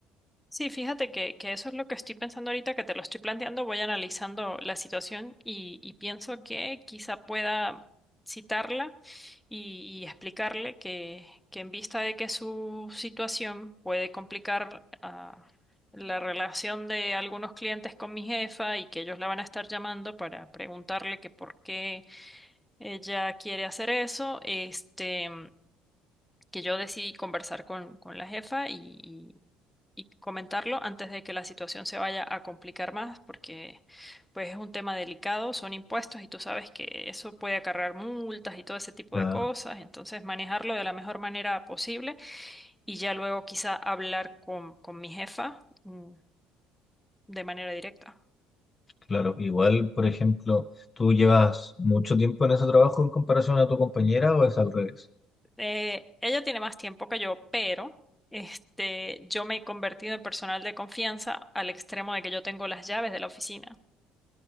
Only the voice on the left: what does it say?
Claro,
claro. Igual, por ejemplo, ¿tú llevas mucho tiempo en ese trabajo en comparación a tu compañera o es al revés?